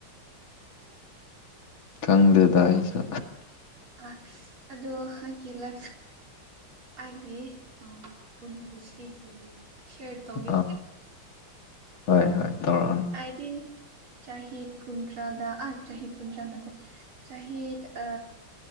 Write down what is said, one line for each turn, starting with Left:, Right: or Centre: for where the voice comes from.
Left: ꯈꯪꯗꯦꯗ ꯑꯩꯁꯨ
Right: ꯑ ꯑꯗ ꯍꯥꯀꯤꯂ ꯑꯩꯒꯤ ꯄꯨꯟꯁꯤ ꯁꯌꯔ ꯇꯧꯒꯦ
Left: ꯑꯥ ꯍꯣꯏ ꯍꯣꯏ ꯇꯧꯔꯛꯑꯣꯅꯦ
Right: ꯍꯥꯏꯗꯤ ꯆꯍꯤꯗ ꯀꯨꯟꯗ꯭ꯔꯥꯗ ꯑꯥ ꯆꯍꯤꯗ ꯀꯨꯟꯗ꯭ꯔꯥꯗ ꯆꯍꯤꯗ ꯑ